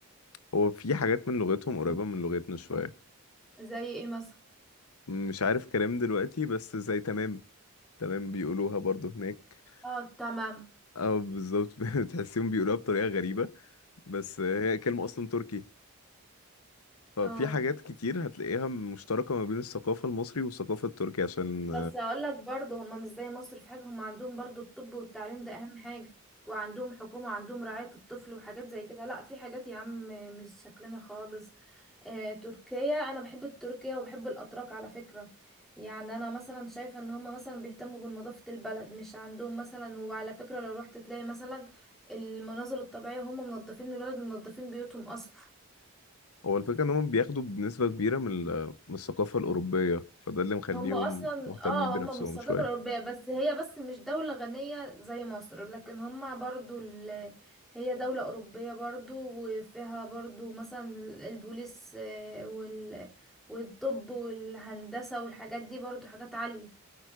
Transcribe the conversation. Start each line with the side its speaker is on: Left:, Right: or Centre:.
Left: هو في حاجات من لغتهم قريبة من لغتنا شوية
Centre: زي ايه مثلا
Left: مش عارف كلام دلوقتي بس زي تمام تمام بيقولوها برضو هناك
Centre: اه تمام
Left: اه بالظبط <laughs> بتحسيهم بيقولوها بطريقة غريبة بس هي كلمة أصلا تركي ففي
Centre: اه
Left: حاجات كتير هتلاقيها مشتركة ما بين الثقافة المصري والثقافة التركية عشان
Centre: بس هقول لك برضه هم مش زي مصر في حاجة هم عندهم برضه الطب والتعليم ده أهم حاجة وعندهم حكومة وعندهم رعاية الطفل وحاجات زي كده لا في حاجات يا عم مش شكلنا خالص آه تركيا أنا بحب تركيا وبحب الأتراك على فكرة يعني أنا مثلا شايفة إن هم مثلا بيهتموا بنظافة البلد مش عندهم مثلا وعلى فكرة لو رحت تلاقي مثلا المناظر الطبيعية هم منظفين البلد ومنظفين بيوتهم أصلا
Left: هو الفكرة إن هم بياخدوا بنسبة كبيرة من ال- من الثقافة الأوروبية فده اللي مخليهم
Centre: هم اصلا
Left: مهتمين
Centre: اه
Left: بنفسهم
Centre: هم من الثقافة
Left: شوية
Centre: الأوروبية بس هي بس مش دولة غنية زي مصر لكن هم برضو ال... هي دولة أوروبية برضو وفيها برضو مثلا البوليس آه، وال... والطب والهندسة والحاجات دي برضو حاجات عالية